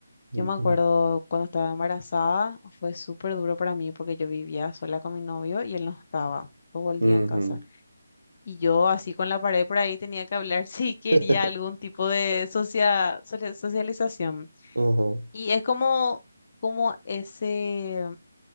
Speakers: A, on the right (about 80°); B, on the left (about 45°).
A: Ujú.
B: Yo me acuerdo cuando estaba embarazada, fue súper duro para mí porque yo vivía sola con mi novio y él no estaba todo el
A: Ujú.
B: día en casa. Y yo así con la pared por ahí tenía que hablar <laughs> si quería
A: <laughs>
B: algún tipo de socia- socia- socialización.
A: Ujú,
B: Y es como, como ese,